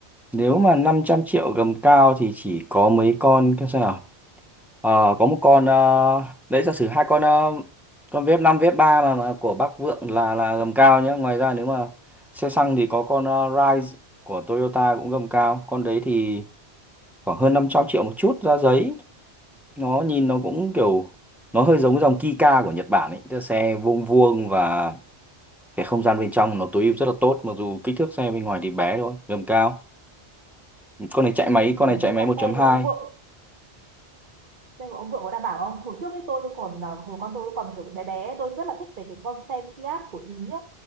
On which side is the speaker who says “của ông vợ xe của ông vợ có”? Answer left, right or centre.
Right